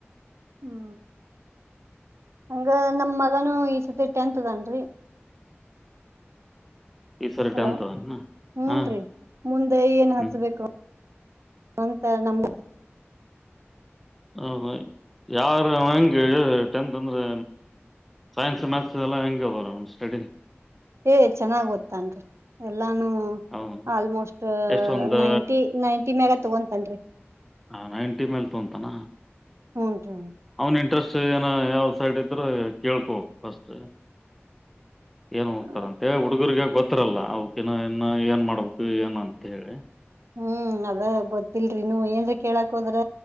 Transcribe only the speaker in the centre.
ಈ ಸರಿ
ಟೆಂತ್ ಅದ
ಹಾ
ಹ್ಮ್
ಹೌದು ಯಾರ ಹಂಗೆ ಟೆಂತ್ ಅಂದ್ರೆ ಸೈನ್ಸ್ ಮತ್ಸ್ ಎಲ್ಲ ಹೆಂಗ ಬರ ಸ್ಟಡಿ
ಅವನು
ಎಷ್ಟು ಒಂದು
ಹ ನೈಂಟಿ ಮೇಲ್ ತೊಂತಾನ
ಅವನ ಇಂಟ್ರೆಸ್ಟ್ ಏನ ಯಾವ ಸೈಡ್ ಇದ್ರೆ ಕೇಳ್ಕೋ ಫಸ್ಟ್ ಏನ್ ಹೋಗ್ತಾರಂತೆ
ಹುಡುಗಗ ಗೊತ್ತ ಹತ್ರಲ್ಲ ಅವಕಿನ ಇನ್ನ ಏನ್ ಮಾಡ್ಬೇಕು ಏನ್ ಅಂತ ಹೇಳಿ